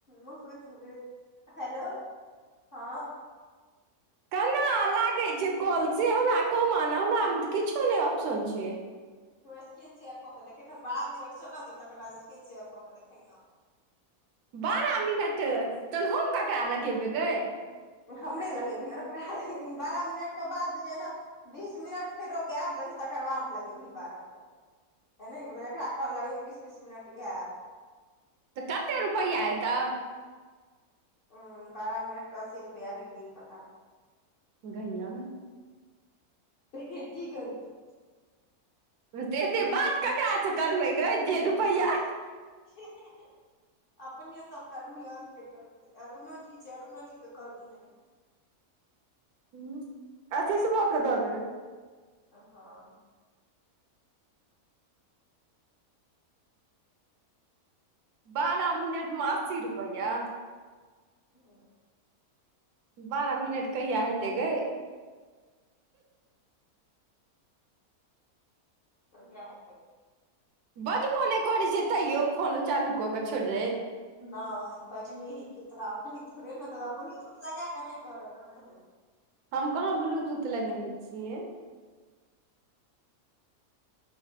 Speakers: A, on the left; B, on the right.
A: बक छु हेलो ह
B: केना लागे छै कल से हमरा कहबे ना हमरा में तऽ किछो ने ऑप्शन छै
A: तो स्क्रीनशेयर क के देखखन बारह मिनट चलऽ ने तकर बाद स्क्रीन सेेयर क के देखैह हमरा
B: बारह मिनट त हम ककरा लगेबे ग
A: हमरे लगेबही आर ककरा लगेबी बारह मिनट के बाद जे जे न बीस मिनट फेरो गैप देबही तकर बाद लगेबही बारह मिनट ए नहिबै एकरा कहल लगैमे बीस बीस मिनट गैप
B: तऽ कते रुपैआ एतौ
A: ह बारह मिनट क अस्सी रुपैआ हेतै की पता नइ
B: कहिया
A: हं की करब
B: से एते बात ककारास से करबै गे जे रुपैआ
A: हीही अपने सब कर्मी और के करतै अरुणो जी छै अरुणो जी के कलतै
B: हू आशीसबो के द देबै
A: ओ हं
B: बारह मिनट में अस्सी रुपैआ
A: हं
B: बारह मिनट कहिया हेतै ग
A: कहिआ हतै
B: बजबो नहि करैत छियै तैयो फोन चालू कऽ के छोड़ दे
A: नहि बाजी मी ही गत राम नहि ह थ रहे नें दादा बोलत त लगा क नहि कर देबै
B: हम कहाँ ब्लूटूथ लगेने छियै